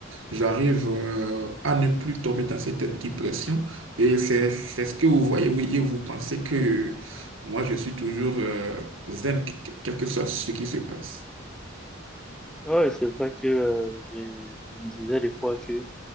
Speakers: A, on the right; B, in the centre.
A: j'arrive euh, à ne plus tomber dans cette dépression. Et c'est c'est ce que vous voyez, vous voyez, vous pensez que moi, je suis toujours euh, zen, quel que soit ce qui se passe.
B: Ouais, c'est vrai que euh, j'ai- je me disais des fois que